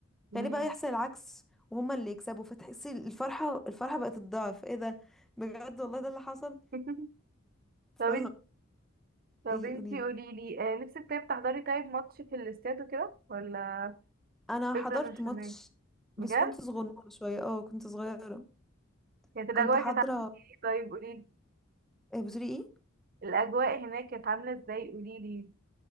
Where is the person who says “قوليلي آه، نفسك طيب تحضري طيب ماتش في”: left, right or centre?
Right